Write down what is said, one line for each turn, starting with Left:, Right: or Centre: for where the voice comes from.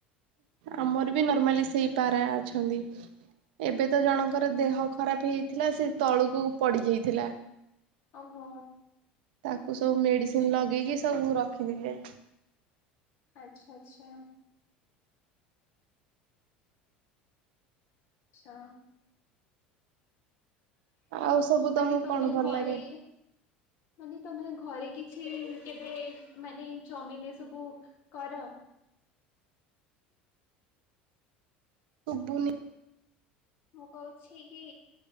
Right: ଆମର ବି ନର୍ମାଲି ସେଇ ପାରା ଅଛନ୍ତି। ଏବେ ତ ଜଣଙ୍କର
Left: ଆଚ୍ଛା
Right: ଦେହ ଖରାପ ହେଇଥିଲା ସେ ତଳକୁ ପଡି ଯାଇଥିଲା।
Left: ଓହୋ
Right: ତାକୁ ସବୁ ମେଡିସିନ
Left: ଆଚ୍ଛା
Right: ଲଗେଇକି ସବୁ ରଖିଥିଲେ।
Left: ଆଚ୍ଛା ଆଚ୍ଛା। ଆଚ୍ଛା।
Right: ଆଉ ସବୁ ତମକୁ
Left: ମାନେ ତମେ
Right: କଣ ଭଲ
Left: ଘରେ
Right: ଲାଗେ?
Left: ମାନେ ତମେ ଘରେ କିଛି କେବେ ମାନେ ଚମିନ ଏ ସବୁ କର।
Right: ଶୁୁଭୁନି।
Left: ମୁଁ କହୁଛି କି